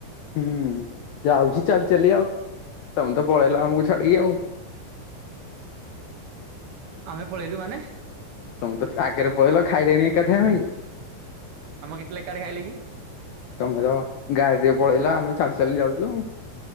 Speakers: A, on the left (about 70°); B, on the right (about 60°).
A: ହୁଁ ଯାଉଛି ଚାଲି ଚାଲି ଆଉ ତମେତ ପଳେଇଲ ଆମକୁ ଛାଡିକି ଆଉ
B: ଆମେ ପଳେଇଲୁ ମାନେ
A: ତମେତ ଆଗରେ ପଳେଇଲ ଖାଇଲେଣି ଏକାଠିଆ ହୋଇ।
B: ଆମ ଗିତ ଲେକା ଏକାଠି ଖାଇଲେକି
A: ତମେତ ଗାଡିରେ ପଳେଇଲ ଆମେ ଚାଲି ଚାଲି ଯାଉଛୁ।